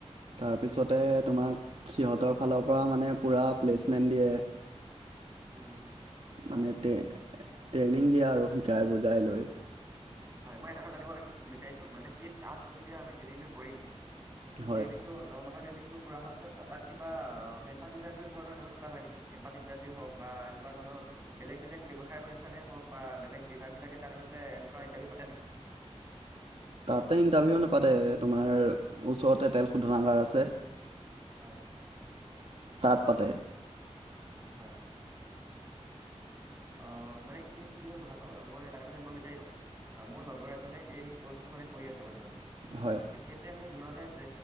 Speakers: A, on the right; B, on the right.
A: তাৰপিছতে তোমাক, সিহঁতৰ ফালৰ পৰা মানে পুৰা প্লেচমেণ্ট দিয়ে।
B: উম। হয়
A: মানে, টে-ট্ৰেইনিং দিয়ে আৰু শিকাই বুজাই লৈ।
B: উম, হয়! মই এটা কথা জানিব লাগিব বিচাৰিছোঁ, মানে কি, তাত যেতিয়া, আমি ট্ৰেইনিংটো কৰিম
A: হয়
B: ট্ৰেইনিংটো ন মাহৰ ট্ৰেইংনিটো পোৰা হোৱাৰ পিছত তাত কিবা কেম্পাছ ইণ্টাৰভিউ ধৰণৰ এনেকুৱা কিবা হয় নেকি? কেম্পাছ ইন্টাৰভিউ হওঁক বা এনেকুৱা ধৰণৰ বেলেগ-বেলেগে ব্যৱসায় প্ৰতিষ্ঠানে হওঁক বা বেলেগ বিভাগবিলাকে তাত আহি পেলাই, এনেকুৱা ইণ্টাৰভিউ পাতে নেকি?
A: তাতে, ইণ্টাৰভিউ নেপাতে। তোমাৰ, ওচৰতে তেল শোধনাগাৰ আছে।
B: হয়।
A: তাত পাতে
B: হয়! অ' মানে কি-কিহৰ কথাটো, মই এটা কাৰণে জানিব বিচাৰিলো অ'! মোৰ লগৰ এজনে এই কৰ্চটো মানে, কৰি আছে বৰ্তমান।
A: হয়!
B: তেখেতে মোক জনালে যে,